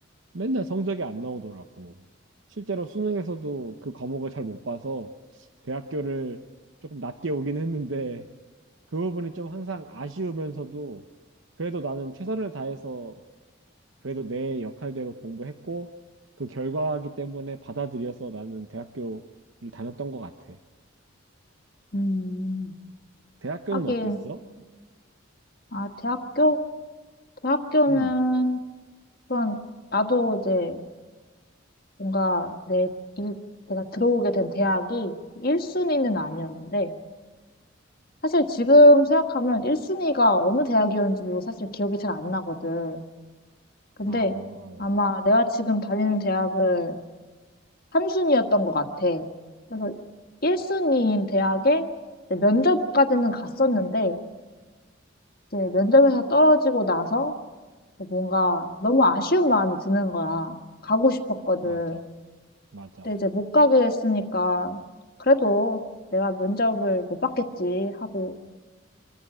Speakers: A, on the right (about 70°); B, on the left (about 50°).
A: 맨날 성적이 안 나오더라고. 실제로 수능에서도 그 과목을 잘 못 봐서 대학교를 조금 낮게 오긴 했는데 그 부분이 좀 항상 아쉬우면서도 그래도 나는 최선을 다해서 그래도 내 역할대로 공부했고 그 결과이기 때문에 받아들여서 나는 대학교를 다녔던 것 같아.
B: 음,
A: 대학교는
B: 하긴,
A: 어땠어?
B: 아, 대학교? 대학교는,
A: 응.
B: 그런, 나도 이제 뭔가 내, 이, 내가 들어오게 된 대학이 1순위는 아니었는데, 사실 지금 생각하면 1순위가 어느 대학이었는지도 사실 기억이 잘 안 나거든. 근데
A: 아,
B: 아마 내가 지금 다니는 대학을 한순위였던 것 같아. 그래서 1순위인 대학에 이제 면접까지는 갔었는데, 이제 면접에서 떨어지고 나서 뭔가 너무 아쉬운 마음이 드는 거야. 가고 싶었거든.
A: 맞아. 맞아.
B: 근데 이제 못 가게 됐으니까, 그래도 내가 면접을 못 받겠지 하고